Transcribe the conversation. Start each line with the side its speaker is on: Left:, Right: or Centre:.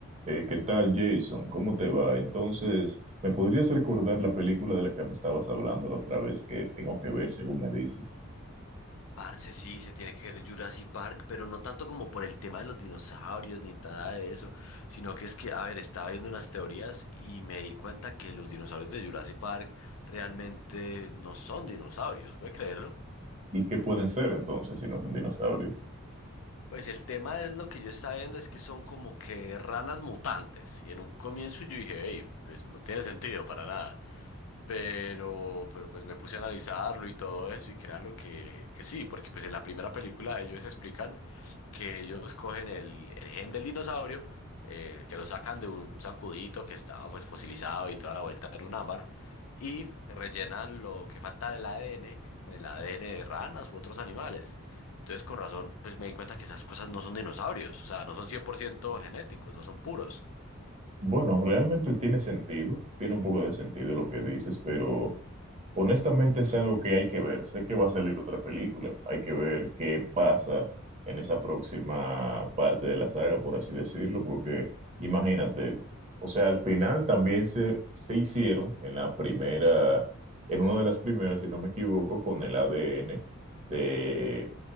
Right: Eh, ¿qué tal, Jason? ¿Cómo te va? Entonces, ¿me podrías recordar la película de la que me estabas hablando la otra vez que tengo que ver, según me dices?
Left: Parce, sí, se tiene que ver Jurassic Park, pero no tanto como por el tema de los dinosaurios ni nada de eso, sino que es que, a ver, estaba viendo unas teorías y me di cuenta que los dinosaurios de Jurassic Park realmente no son dinosaurios, ¿puede creerlo?
Right: ¿Y qué pueden ser entonces si no son dinosaurios?
Left: Pues el tema es lo que yo estaba viendo es que son como que ranas mutantes y en un comienzo yo dije, hey, pues no tiene sentido para nada. Pero, pero pues me puse a analizarlo y todo eso y créalo que, que sí, porque pues en la primera película ellos explican que ellos cogen el, el gen del dinosaurio, eh, que lo sacan de un zancudito que estaba pues fosilizado y toda la vuelta en un ámbar, y rellenan lo que falta del ADN con el ADN de ranas u otros animales. Entonces con razón pues me di cuenta que esas cosas no son dinosaurios, o sea, no son 100% genéticos, no son puros.
Right: Bueno, realmente tiene sentido, tiene un poco de sentido lo que dices, pero Honestamente es algo que hay que ver. Sé que va a salir otra película. Hay que ver qué pasa en esa próxima parte de la saga, por así decirlo, porque imagínate, o sea, al final también se, se hicieron en la primera, en una de las primeras, si no me equivoco, con el ADN de,